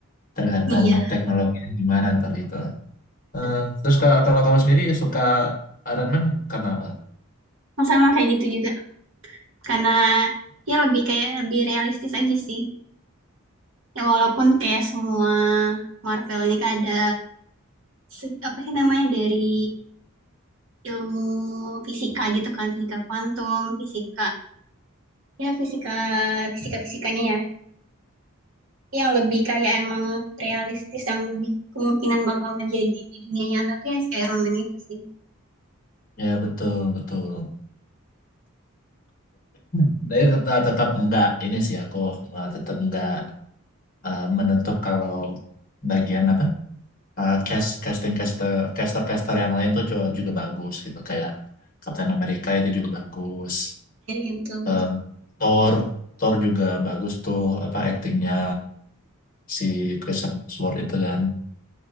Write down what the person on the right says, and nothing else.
Iya,
betul.
Sama kayak gitu juga. karena ya lebih kayak lebih realistis aja sih ya walaupun kayak semua Marvel ini kan ada se- apa sih namanya dari ilmu fisika gitu kan fisika kuantum fisika ya fisika fisika fisikanya ya yang lebih kayak emang realistis yang bi- kemungkinan bakal terjadi di dunia nyata tuh ya si Iron Man itu sih
jadi yang betul betul